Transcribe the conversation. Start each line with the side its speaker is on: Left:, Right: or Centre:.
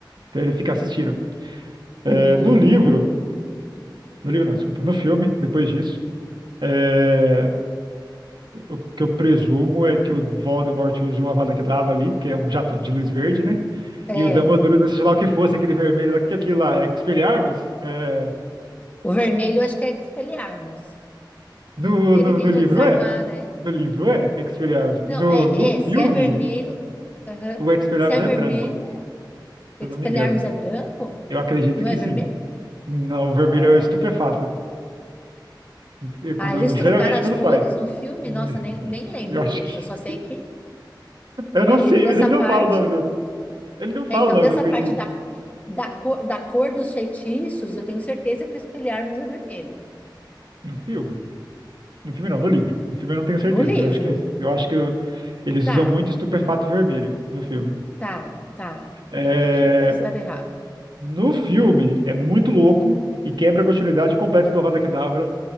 Right: Então ele fica assistindo. É,
Left: Hum,
Right: no livro, no livro não, desculpa, no filme, depois disso, é, o que eu presumo é que o Voldemort use uma Avada Kedavra ali, que é um jato de luz verde, né?
Left: é.
Right: E o Dumbledore, usa, seja lá o que fosse, aquele vermelho lá, o que que é aquilo lá? É Expelliarmus? É...
Left: O vermelho eu acho que é Expelliarmus.
Right: No,
Left: Ele
Right: no,
Left: tentou
Right: no livro
Left: desarmar,
Right: é.
Left: né?
Right: No livro é Expelliarmus.
Left: Não,
Right: No,
Left: é,
Right: no
Left: é, se
Right: filme,
Left: é vermelho, aham,
Right: o Expelliarmus
Left: se é
Right: é
Left: vermelho,
Right: branco,
Left: é-
Right: se
Left: Expelliarmus
Right: eu não me engano.
Left: é branco,
Right: Eu acredito
Left: não
Right: que
Left: é vermelho?
Right: sim. Não, o vermelho
Left: Ó,
Right: é o estupefato. E
Left: Ah,
Right: Quando,
Left: eles trocaram
Right: geralmente
Left: as
Right: quando
Left: cores
Right: faz.
Left: no filme?
Right: <laughs>
Left: Nossa, nem, nem lembro
Right: Eu acho
Left: disso,
Right: que.
Left: eu só sei que,
Right: Eu não
Left: aí
Right: sei,
Left: dessa
Right: mas ele
Left: parte,
Right: não fala o nome do. Ele não fala
Left: é, então
Right: o nome
Left: dessa
Right: do feitiço.
Left: parte da, da cor, da cor dos feitiços, eu tenho certeza que o Expelliarmus é vermelho,
Right: No filme? No filme não, no livro. No filme eu não tenho certeza.
Left: no livro,
Right: Eu acho que, é- eu acho que eu- eles
Left: tá,
Right: usam muito estupefato vermelho no filme.
Left: tá, tá,
Right: É,
Left: É, enfim, fizeram errado.
Right: No filme é muito louco e quebra a continuidade completa do Avada Kedavra.